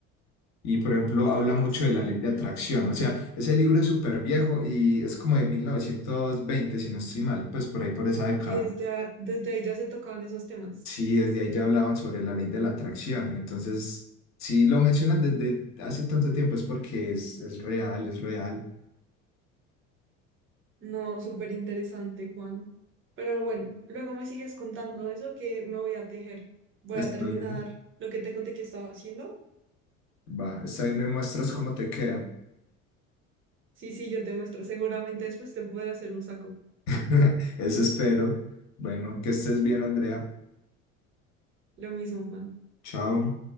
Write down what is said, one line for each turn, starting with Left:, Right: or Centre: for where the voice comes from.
Left: Y por ejemplo, habla mucho
Right: Sí.
Left: de la ley de atracción. O sea, ese libro es súper viejo y es como de 1920 si no estoy mal, pues por ahí por esa década.
Right: Y desde, a- desde ahí ya se tocaban esos temas.
Left: Sí, desde ahí ya hablaban sobre la ley de la atracción. Entonces, si lo mencionan desde hace tanto tiempo es porque es, es real, es real.
Right: No, súper interesante, Juan. Pero bueno, luego me sigues contando eso que me voy a tejer. Voy
Left: Está
Right: a terminar
Left: bien,
Right: lo que te conté que estaba haciendo.
Left: va, está bien, me muestras cómo te queda.
Right: Sí, sí, yo te muestro. Seguramente después te podré hacer un saco.
Left: <laughs> Eso espero. Bueno, que estés bien, Andrea.
Right: Lo mismo, Juan.
Left: Chao.